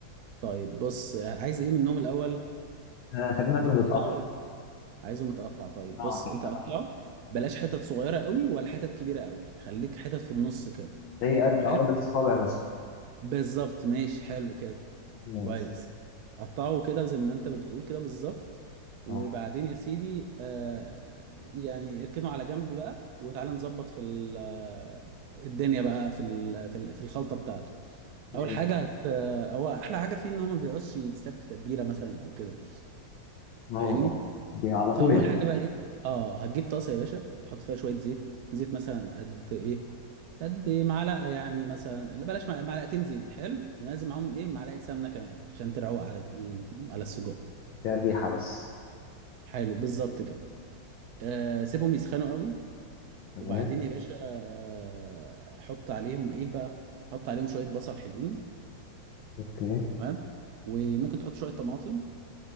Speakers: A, on the right; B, on the left.
A: طيب بص آه، عايز ايه منهم الاول
B: آه، خلينا
A: متقطع
B: في المتقطع
A: ولا عايزه متقطع طيب
B: اه
A: بص انت قطعه بلاش حتت صغيره قوي ولا حتت كبيره قوي خليك حتت في النص كده
B: زي قد
A: حلو
B: عقلة الصابع مثلا
A: بالظبط ماشي حلو كده
B: ماشي
A: كويس قطعه كده زي ما انت بتقول كده بالظبط وبعدين
B: اه
A: يا سيدي آه يعني اركنه على جنب بقى وتعالى نظبط في ال- آه، الدنيا بقى في ال- في ال- في الخلطه بتاعته
B: ايه
A: اول حاجه هت آه، هو احلى حاجه فيه ان هو ما بيقعدش يتساب في تتبيله مثلا او كده
B: اه
A: فاهمني
B: اه دي على
A: فاول
B: طول يعني
A: حاجه بقى ايه اه هتجيب طاسه يا باشا تحط فيها شويه زيت زيت مثلا قد ايه قد معلقه يعني مثلا لا بلاش مع- معلقتين زيت حلو ولازم معاهم ايه معلقه سمنه كمان عشان تروق على ال... على السجق
B: فيها الريحة بس
A: حلو بالظبط كده آه سيبهم يسخنوا قوي
B: تمام
A: وبعدين يا باشا آه حط عليهم ايه بقى حط عليهم شويه بصل حلوين
B: اوكي
A: تمام وممكن تحط شويه طماطم